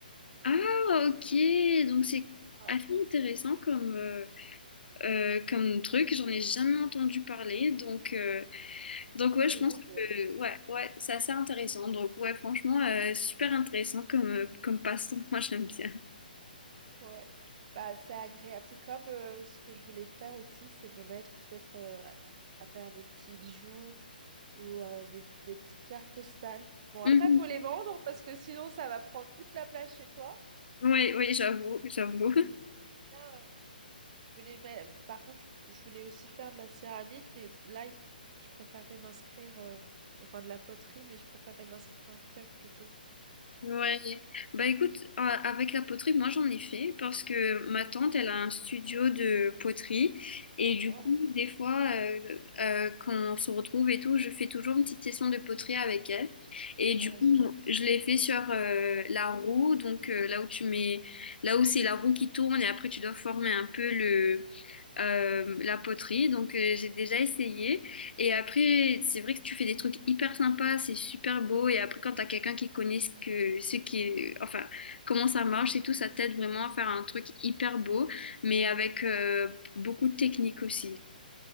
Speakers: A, on the left; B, on the right.
A: Ah, ok. Donc c'est
B: Ouais.
A: assez intéressant comme, euh, euh, comme truc. J'en ai jamais entendu parler. Donc, euh, Donc ouais, je
B: C'est
A: pense
B: lourd.
A: que ouais, ouais, c'est assez intéressant. Donc ouais, franchement, euh, super intéressant comme, euh, comme passe-temps. <laughs> Moi, j'aime bien.
B: Ouais. Bah, c'est agréable. C'est comme euh, ce que je voulais faire aussi, c'est me mettre peut-être euh, à faire des petits bijoux ou euh, des, des petites cartes postales. Bon, après,
A: Mhm.
B: il faut les vendre parce que sinon, ça va prendre toute la place chez toi.
A: Oui, oui, j'avoue, j'avoue.
B: Bien, euh, je voulais mais Par contre, je, je voulais aussi faire de la céramique, mais là, il faut- je préférerais m'inscrire, euh, enfin de la poterie, mais je préférerais m'inscrire en club plutôt.
A: Ouais, bah écoute, euh, avec la poterie, moi j'en ai fait parce que ma tante, elle a un studio de poterie et du
B: Oh.
A: coup, des fois, euh, euh, quand on se retrouve et tout, je fais toujours une petite session de poterie avec elle et du
B: Voilà.
A: coup,
B: je-
A: je l'ai fait sur euh, la roue, donc euh, là où tu mets, là où c'est la roue qui tourne et après tu dois former un peu le euh, la poterie, donc euh, j'ai déjà essayé. Et après, c'est vrai que tu fais des trucs hyper sympas, c'est super beau. Et après, quand t'as quelqu'un qui connaît ce que, ce qui est, enfin, comment ça marche et tout, ça t'aide vraiment à faire un truc hyper beau, mais avec euh, beaucoup de technique aussi.